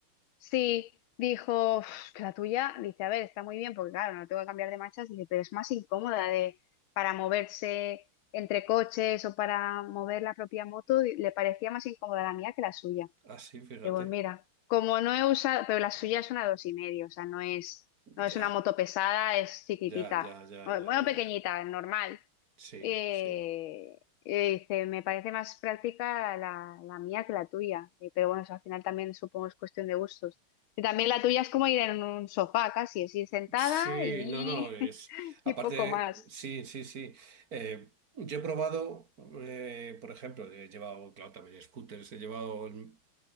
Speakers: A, on the left; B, on the right.
A: Sí, dijo, "Uf, que la tuya, dice, a ver, está muy bien, porque claro, no tengo que cambiar de marchas, dice, pero es más incómoda de, para moverse entre coches o para mover la propia moto, di- le parecía más incómoda la mía que la suya.
B: ah sí fíjate.
A: Digo, "Pues mira, como no he usado, pero la suya es una dos y medio, o sea, no es, no es
B: Ya,
A: una moto pesada, es chiquitita,
B: ya, ya, ya,
A: o-
B: ya,
A: bueno,
B: ya.
A: pequeñita, normal,
B: Sí,
A: eh,
B: sí.
A: eh, dice, me parece más práctica la, la mía que la tuya. Eh, pero bueno, eso al final también supongo es cuestión de gustos. Y también la tuya es como ir en un sofá casi, es ir sentada
B: Sí,
A: y,
B: no, no, es.
A: <laughs>
B: Aparte,
A: y poco más.
B: sí, sí, sí. Eh, yo he probado, eh, por ejemplo, he llevado, claro, también scooters, he llevado un-